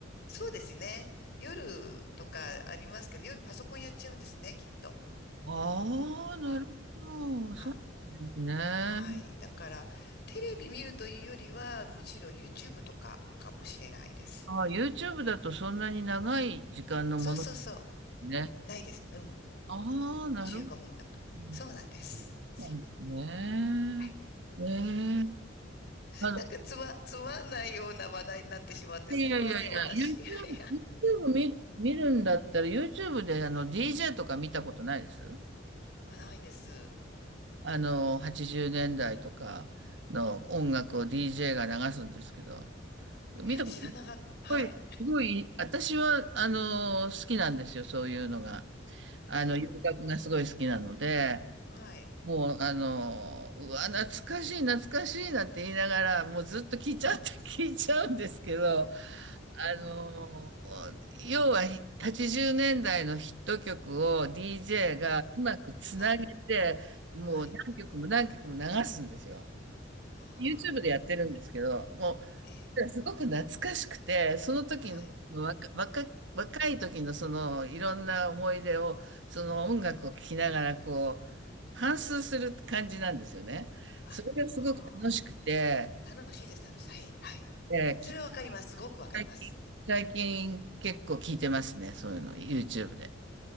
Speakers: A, on the left; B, on the right.
A: そうですね。夜とかありますけど、夜パソコンやっちゃうんですね、きっと。
B: ああー、なるほど。
A: あ、はい
B: そうですね。
A: はい。だから、テレビ見るというよりは、むしろ YouTube とかかもしれないです。
B: ああ、YouTube だとそんなに長い時間のもので
A: そうそうそ
B: すね。
A: う。ないです。うん。
B: ああ、なるほど。
A: 15分とか。
B: うん
A: そうなんです。すいま
B: そうなんですね。
A: せん。はい。
B: ねえ。あの、
A: なんかつま、つまんないような話題になってしまってすいません、
B: いやいやいや、
A: 私。
B: YouTube、
A: いやいや。
B: YouTube 見、見るんだったら YouTube であの DJ とか見たことないです
A: まあ、ないです。
B: あの、80年代とかの音楽を DJ が流すんですけど、見たこと、
A: いや、知らなかった。
B: すごい、
A: はい。
B: すごい、私は、あの、好きなんですよ、そういうのが。あの、
A: あ
B: 洋楽がすごい好きなので、
A: あ。はい。
B: もう、あの、うわ、懐かしい、懐かしいなんて言いながら、もうずっと聞いちゃって、<laughs> 聞いちゃうんですけど、
A: あ
B: あのー要は80年代のヒット曲を DJ がうまくつなげて、
A: あ。はい。はい。
B: もう何曲も何曲も流すんですよ。
A: はい。あ
B: YouTube でやってるんですけど、も
A: あ。ええ。
B: うすごく懐かしくて、その時の、
A: はい。
B: その若、若若い時のそのいろんな思い出を、その音楽を聴きながらこう、反芻する感じなんですよね。
A: あ、
B: それがすごく楽しくて、
A: ああ。楽しいです、楽しい。はい、はい。
B: えー聞
A: それはわかります。すごくわかります。
B: 最近、最近結構聞いてますね。そういうの。YouTube で。